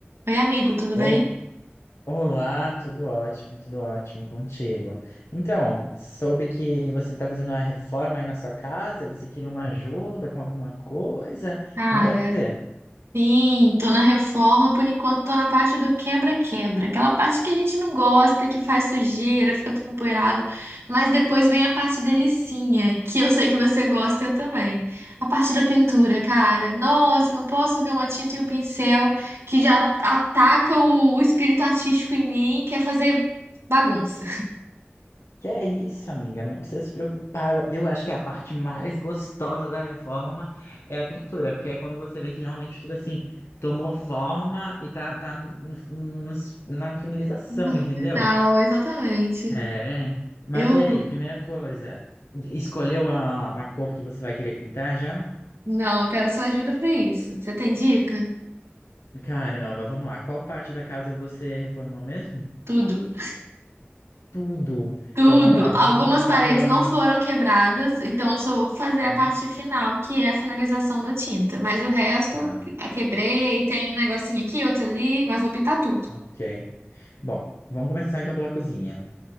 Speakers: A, on the right (about 85°); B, on the left (about 85°).
A: Oi, amigo, tudo
B: Ol-
A: bem?
B: Olá, tudo ótimo, tudo ótimo contigo. Então, soube que você está fazendo uma reforma aí na sua casa, você queria uma ajuda com alguma coisa?
A: Cara,
B: Manda ver.
A: Sim, tô na reforma, por enquanto tô na parte do quebra-quebra, aquela parte que a gente não gosta, que faz sujeira, fica tudo empoeirado, mas depois vem a parte delicinha, que eu sei que você gosta, eu também. A parte da pintura, cara. Nossa, eu não posso ver uma tinta e um pincel que já ataca o, o espírito artístico em mim, quer fazer bagunça.
B: Que é isso, amiga, não precisa se preocupar. Eu, eu acho que a parte mais gostosa da reforma é a pintura, porque é quando você vê que realmente tudo assim tomou forma e tá, tá no- no- no- na finalização,
A: No
B: entendeu?
A: final, exatamente.
B: É, mas
A: Eu
B: e aí, primeira coisa, escolheu a, a cor que você vai querer pintar já?
A: não, eu quero sua ajuda pra isso. Você tem dica?
B: Caramba, vamos lá, qual parte da casa você reformou mesmo?
A: Tudo.
B: Tudo.
A: Tudo.
B: Então vamos lá, vamos
A: Algumas
B: começar
A: paredes
B: pela.
A: não foram quebradas, então eu só vou fazer a
B: Hum,
A: parte final, que é a finalização da tinta. Mas o resto,
B: tá,
A: a quebrei, tem um negocinho aqui, outro ali, mas vou pintar tudo.
B: ok. Bom, vamos começar então pela cozinha.